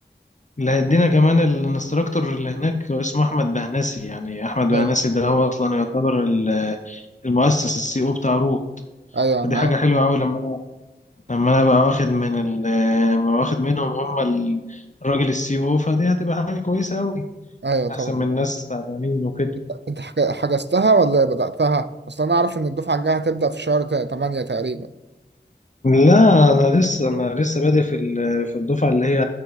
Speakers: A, on the left; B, on the right.
A: اللي هيدينا كمان الانستراكتور اللي هناك هو اسمه أحمد بهناسي يعني أحمد بهناسي
B: ايوه
A: ده هو أصلا يعتبر ال- المؤسس السي او بتاع رود
B: ايوه
A: فدي
B: انا
A: حاجة
B: عارف
A: حلوة أوي لما أنا لما أنا بقى واخد من ال بقى واخد منهم هم ال- الراجل السي او فدي هتبقى حاجة كويسة أوي
B: ايوه طبعا
A: أحسن من ناس تعبانين وكده
B: انت انت حج- حجزتها ولا بداتها اصلا انا اعرف ان الدفعه الجايه هتبدا في شهر 8 تقريبا
A: لا انا لسه انا لسه بادئ في ال- في الدفعه اللي هي